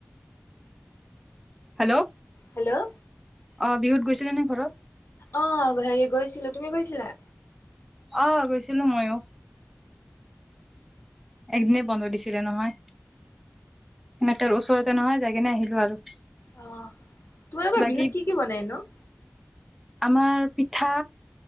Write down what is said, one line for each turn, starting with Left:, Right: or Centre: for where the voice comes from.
Centre: হেল্ল'
Left: হেল্ল'
Centre: অ বিহুত গৈছিলে নে ঘৰত
Left: অ হেৰি গৈছিলো তুমি গৈছিলা
Centre: অ গৈছিলো মইয়ো একদিনে বন্ধ দিছিলে নহয় এনেক ওচৰতে নহয় যাই কিনে আহিলো আৰু
Left: অ তোমালোকৰ
Centre: বাকী
Left: বিহুত কি কি বনাই নো
Centre: আমাৰ পিঠা